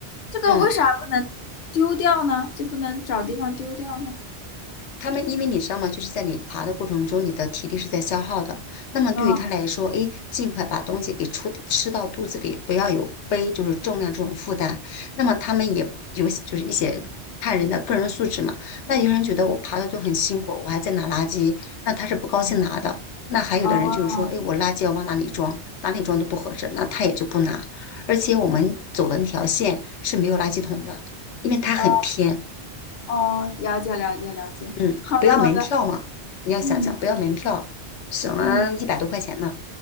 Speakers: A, on the left (about 50°); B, on the left (about 85°).
A: 这个为啥不能丢掉呢？
B: 嗯。
A: 就不能找地方丢掉呢？
B: 他们因为你知道吗？就是在你爬的过程中，你的体力是在消耗的。那么对于他来说，
A: 嗯，
B: 诶，尽快把东西给出吃到肚子里，不要有背就是重量这种负担。那么他们也有就是一些看人的个人素质嘛。那有人觉得我爬的就很辛苦，我还在拿垃圾，那他是不高兴拿的。那还有的人就是说，
A: 哦
B: 诶，我垃圾要往哪里装，哪里装都不合适，那他也就不拿。而且我们走的那条线是没有垃圾桶的，因为它很偏。
A: 哦哦，了解了解了解，
B: 嗯，
A: 好的好的，
B: 不要门票嘛，你要想想不要门票，
A: 嗯
B: 省了一百多块钱呢。
A: 嗯，